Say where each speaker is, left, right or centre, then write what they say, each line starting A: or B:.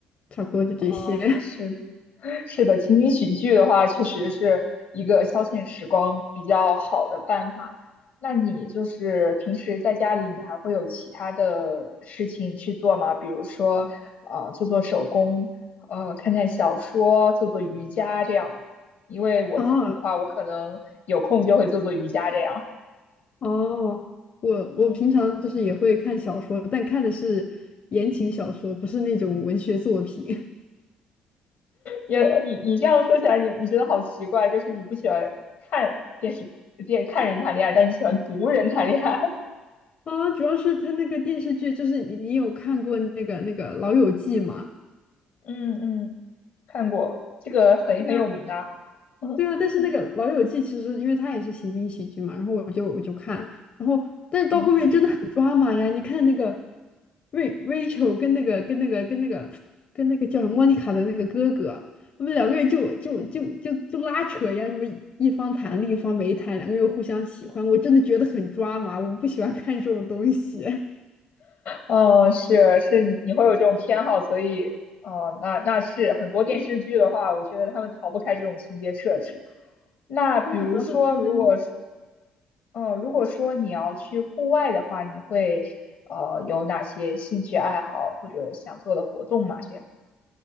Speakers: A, on the left (about 40°); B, on the left (about 65°).
A: 差不多就这些。
B: 嗯，是是的，情景喜剧的话，确实是一个消遣时光比较好的办法。那你就是平时在家里，你还会有其他的事情去做吗？比如说，呃，做做手工，呃，看看小说，做做瑜伽这样的。因为我自己的话，
A: <laughs> 啊。
B: 我可能有空就会做做瑜伽这样。
A: 哦，我我平常就是也会看小说，
B: 嗯。
A: 但看的是言情小说，不是那种文学作品
B: 因为你你这样说起来，你你觉得好奇怪，就是你不喜欢看电视电看人谈恋爱，但你喜欢读人谈恋爱。
A: <laughs> 啊。主要是他那个电视剧，就是你你有看过那个那个《老友记》吗？
B: 嗯嗯，看过，这个很很有名啊。
A: 对啊。
B: <laughs>
A: 对啊，但是那个《老友记》其实因为它也是情景喜剧嘛，然后我就我就看，然后但是到后面真的很抓马呀！
B: 嗯，
A: 你看那个瑞 Rachel 跟那个跟那个跟那个跟那个叫什么莫妮卡的那个哥哥，他们两个人就就就就就拉扯呀，什么一方谈另一方没谈，两个人又互相喜欢，我真的觉得很抓马，我不喜欢看这种东西。<laughs>
B: 哦，是是，你你会有这种偏好，所以，哦，那那是很多电视剧的话，我觉得他们逃不开这种情节设置。那比如说，
A: 对啊，主要是他们。
B: 如果说，呃，如果说你要去户外的话，你会，呃，有哪些兴趣爱好或者想做的活动吗？这样。